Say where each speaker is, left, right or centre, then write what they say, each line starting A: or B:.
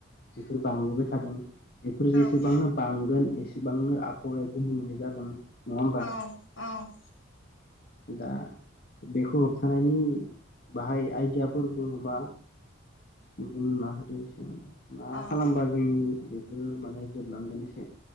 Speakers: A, on the left; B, on the left.
A: उम
B: बेफोर बांबोबाय थादों। बेफोर जेसेबांनो
A: औ
B: बांगोन एसेबांनो आबहावाया गुबुंले जागोन नङा होमबा
A: औव-औव
B: दा बेखौ होबथानायनि बाहाय आइडियाफोर बुंना होदो एसेमान। मा
A: अ
B: खालामबा जोंनि बेफोरो माने जोबलांगोन एसे